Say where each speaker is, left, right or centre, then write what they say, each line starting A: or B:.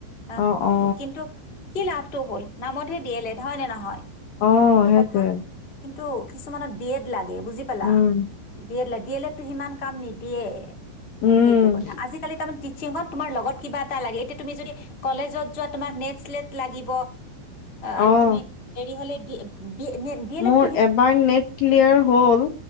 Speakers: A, on the left; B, on the left.
A: আ,
B: অ অ
A: কিন্তু কি লাভটো হ'ল, নামতহে ডি‌ এল এড‌, হয়নে নহয়?
B: অ',
A: সেইটো
B: সেইটোৱে।
A: কথা কিন্তু কিছুমানত বি এড লাগ গে, বুজি পালা,
B: উম
A: বি‌ এড লাগে দিয়েলএড টো সিমান কাম নিদিয়ে,
B: উম
A: সেইটো কথা আজিকালি তাৰমানে, তোমাৰ লগত কিবা এটা লাগে এতিয়া তুমি যদি কলেজত যোৱা তোমাক নেট স্লেট লাগিব আৰু
B: অ
A: হেৰি হলে তুমি উম দিয়েলএড
B: মোৰ এবাৰ নেট ক্লিয়াৰ হ'ল